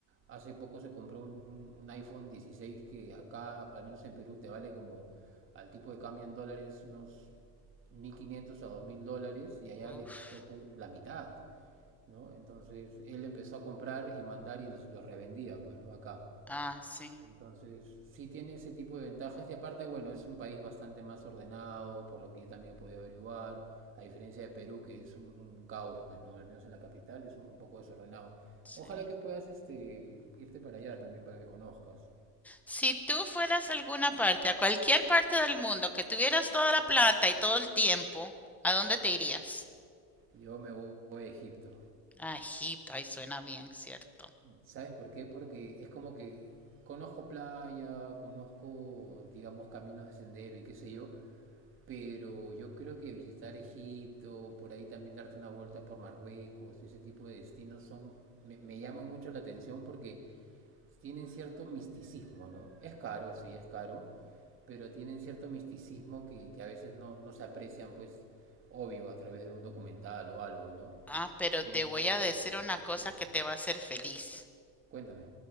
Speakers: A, on the right; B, in the centre.
A: hace poco se compró un, un- un iPhone 16 que acá, al menos en Perú, te vale como al tipo de cambio en dólares unos 1.500 a 2.000 dólares y allá
B: Uf.
A: le costó pues la mitad, ¿no? Entonces él empezó a comprar y mandar y los, los revendía, pues, ¿no? Acá.
B: Ah, sí,
A: Entonces, sí tiene ese tipo de ventajas y aparte, bueno, es un país bastante más ordenado, por lo que yo también he podido averiguar, a diferencia de Perú, que es un, un caos, pues no, al menos en la capital es un, un poco desordenado.
B: sí.
A: Ojalá que puedas este, irte para allá también para que conozcas.
B: Si tú fueras a alguna parte, a cualquier parte del mundo, que tuvieras toda la plata y todo el tiempo, ¿a dónde te irías?
A: Yo me voy a Egipto.
B: A Egipto, ahí suena bien, ¿cierto?
A: ¿Sabes por qué? Porque es como que conozco playa, conozco, digamos, caminos de sendero y qué sé yo, Pero yo creo que visitar Egipto, por ahí también darte una vuelta por Marruecos y ese tipo de destinos son, me, me llaman mucho la atención porque tienen cierto misticismo, ¿no? Es caro, sí, es caro, pero tienen cierto misticismo que, que a veces no, no se aprecian, pues, obvio, a través de un documental o algo, ¿no?
B: Ah, pero
A: Tengo...
B: te voy a decir una cosa
A: Sí,
B: que te va a hacer feliz.
A: cuéntame.